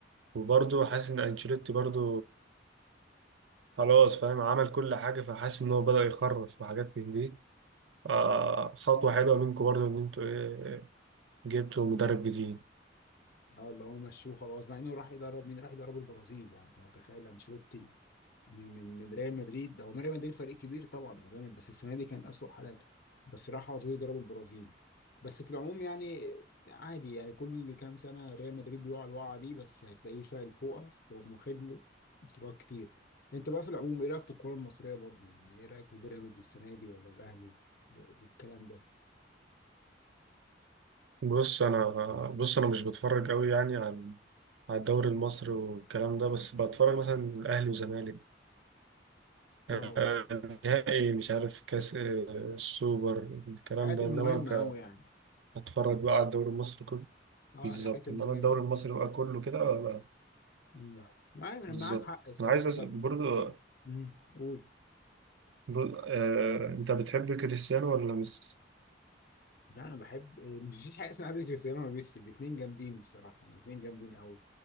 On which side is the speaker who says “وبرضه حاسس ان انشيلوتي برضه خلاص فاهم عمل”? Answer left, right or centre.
Right